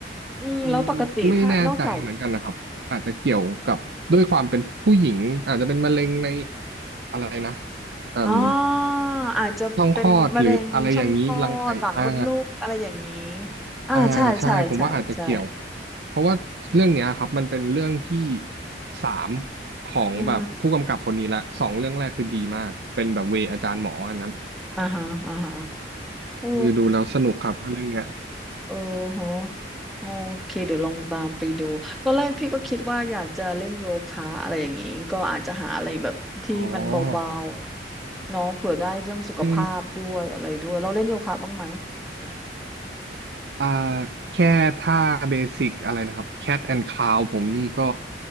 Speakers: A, in the centre; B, on the right.
A: อืมแล้วปกติถ้านอกจาก
B: มันไม่แน่ใจเหมือนกันนะครับอาจจะเกี่ยวกับด้วยความเป็นผู้หญิงอาจจะเป็นมะเร็งในอะไรนะอืม
A: อ๋ออาจจะเป็นมะเร็งช่องคลอดปากมดลูกอะไรอย่างนี้
B: ช่องคลอดหรืออะไรอย่างนี้รังไข่อ่า
A: อ่าใช่ใช่ใช่ใช่
B: อ่าใช่ผมว่าอาจจะเกี่ยวเพราะว่าเรื่องเนี้ยครับมันเป็นเรื่องที่สามของแบบผู้กำกับคนนี้ละสองเรื่องแรกคือดีมากเป็นแบบเวอาจารย์หมออันนั้น
A: อืมอ่าฮะอ่าฮะโอ้
B: คือดูแล้วสนุกครับอันเรื่องเนี้ย
A: โอ้โห โอเคเดี๋ยวลองตามไปดูตอนแรกพี่ก็คิดว่าอยากจะเล่นโยคะอะไรอย่างนี้ก็อาจจะหาอะไรแบบที่มันเบา
B: อ๋อ
A: ๆเน้องเผื่อได้เรื่องสุขภาพด้วยอะไรด้วยเราเล่นโยคะบ้างไหม
B: เอออ่าแค่ท่าเบสิกอะไรนะครับ Cat and Cow ผมนี่ก็